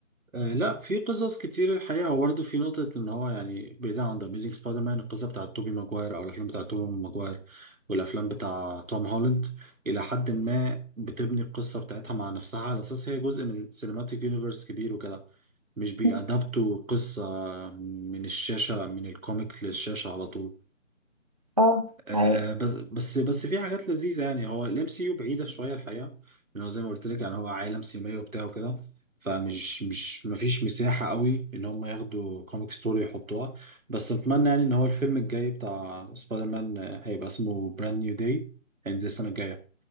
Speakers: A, on the right (about 80°); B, on the right (about 25°).
A: آه لا في قصص كتير الحقيقه هو برضه في نقطه ان هو يعني بعيد عن ذا اميزنج سبايدر مان القصه بتاعت توبي ماجواير او الافلام بتاعت توبي ماجواير والافلام بتاع توم هولاند الى حد ما بتبني القصه بتاعتها مع نفسها على اساس هي جزء من سينماتيك يونيفرس كبير وكده مش بيأدبتوا
B: مم.
A: قصة من الشاشة من الكوميك للشاشة على طول
B: اه
A: آه
B: حقيقي
A: بس بس بس في حاجات لذيذة يعني هو الام سي يو بعيدة شوية الحقيقة لأن هو زي ما قلت لك يعني هو عالم سينمائي وبتاع وكده فمش مش مفيش مساحة قوي إن هم ياخدوا كوميك ستوري يحطوها بس أتمنى يعني إن هو الفيلم الجاي بتاع سبايدر مان آه، هيبقى اسمه براند نيو داي هينزل السنة الجاية